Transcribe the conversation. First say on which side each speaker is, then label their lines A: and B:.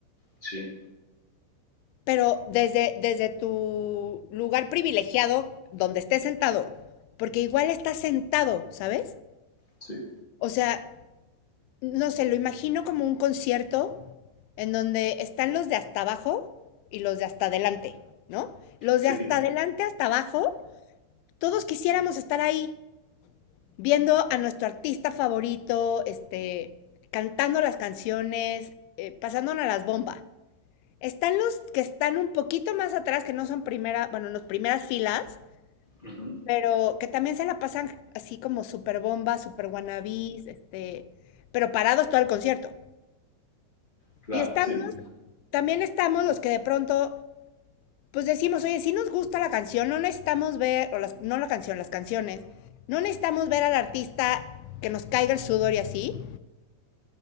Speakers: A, on the left (about 30°); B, on the left (about 85°).
A: sí,
B: pero desde, desde tu lugar privilegiado, donde estés sentado, porque igual estás sentado, ¿sabes?
A: sí,
B: O sea, no sé, lo imagino como un concierto en donde están los de hasta abajo y los de hasta adelante, ¿no? Los
A: sí.
B: de hasta adelante, hasta abajo, todos quisiéramos estar ahí, viendo a nuestro artista favorito, este, cantando las canciones, eh, pasándonos las bombas. Están los que están un poquito más atrás, que no son primera, bueno, las primeras filas,
A: Ujú.
B: pero que también se la pasan así como super bomba, super wannabis, este, pero parados todo el concierto.
A: Claro,
B: Y estamos,
A: sí,
B: también estamos los que de pronto, pues decimos, oye, si nos gusta la canción, no necesitamos ver, o las, no la canción, las canciones, no necesitamos ver al artista que nos caiga el sudor y así,